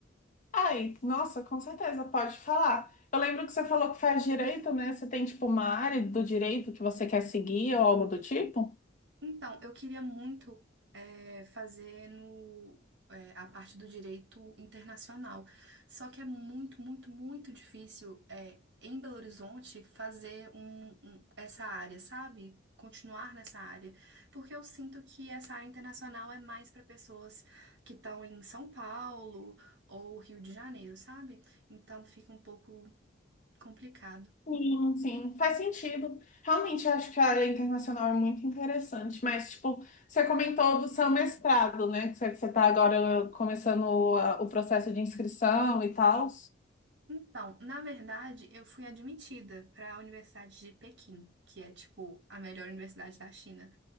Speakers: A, on the left (about 45°); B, on the right (about 75°).
A: Ai, nossa, com certeza, pode falar. Eu lembro que você falou que faz direito, né? Você tem, tipo, uma área do direito que você quer seguir ou algo do tipo?
B: Então, eu queria muito eh, fazer no, eh, a parte do direito internacional. Só que é muito, muito, muito difícil eh, em Belo Horizonte fazer um- um- essa área, sabe? Continuar nessa área. Porque eu sinto que essa área internacional é mais para pessoas que estão em São Paulo ou Rio de Janeiro, sabe? Então fica um pouco complicado.
A: Sim, sim, faz sentido. Realmente, eu acho que a área internacional é muito interessante, mas, tipo, você comentou do seu mestrado, né? Que você está agora começando a- o processo de inscrição e tal.
B: Então, na verdade, eu fui admitida para a Universidade de Pequim, que é tipo a melhor universidade da China.